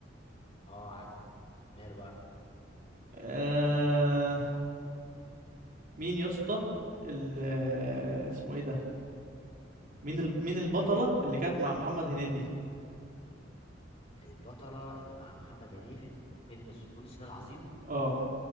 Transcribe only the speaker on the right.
أه... مين يا اسطى ال... آه، اسمه ايه ده مين ال... مين البطلة
اللي كانت مع محمد هنيدي
اه